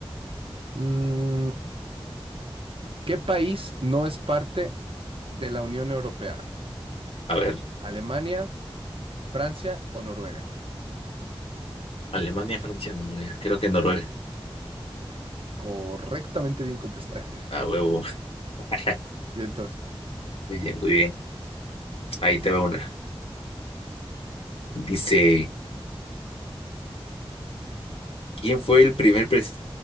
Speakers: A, on the right; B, on the left.
A: Mm, ¿qué país no es parte de la Unión Europea?
B: A ver,
A: ¿Alemania, Francia o Noruega?
B: Alemania, Francia, Noruega. Creo que Noruega.
A: Correctamente bien contestada.
B: A huevo. <laughs>
A: <laughs> Bien, entonces.
B: Muy bien, muy bien. Ahí te va una. Dice, ¿quién fue el primer pres-